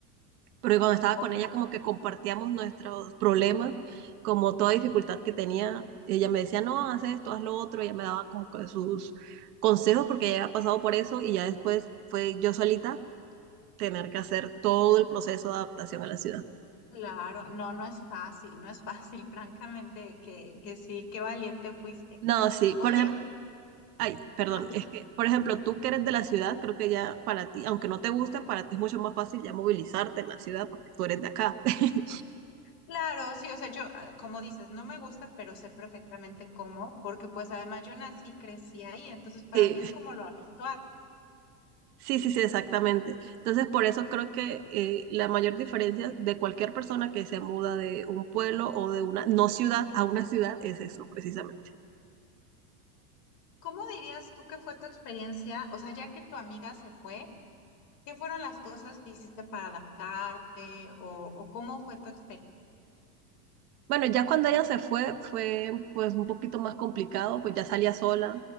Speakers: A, on the right; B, on the left.
A: Pero cuando estaba
B: Oh,
A: con ella como que compartíamos nuestros problemas, como toda dificultad que tenía, ella me decía, no, haz esto, haz lo otro, ella me daba como que sus consejos porque ella había pasado por eso y ya después fue yo solita tener que hacer todo el proceso de adaptación a la ciudad.
B: claro, no, no es fácil, no es fácil, <laughs> francamente, que, que sí, qué valiente fuiste.
A: No, sí,
B: Oye,
A: por ejemplo, Ay, perdón,
B: ja, y
A: es que, por ejemplo, tú que eres de la ciudad, creo que ya para ti, aunque no te guste, para ti es mucho más fácil ya movilizarte en la ciudad porque tú eres de acá. <laughs>
B: claro, sí, o sea, yo, ah, como dices, no me gusta, pero sé perfectamente cómo, porque pues además yo nací, crecí ahí, entonces para
A: Sí,
B: mí es como lo habitual.
A: sí, sí, sí, exactamente. Entonces, por eso creo que eh, la mayor diferencia de cualquier persona que se muda de un pueblo o de una no ciudad a una ciudad es eso, precisamente.
B: ¿Cómo dirías tú que fue tu experiencia? O sea, ya que tu amiga se fue, ¿qué fueron las cosas que hiciste para adaptarte o, o cómo fue tu experiencia?
A: Bueno, ya cuando ella se fue, fue pues un poquito más complicado, pues ya salía sola,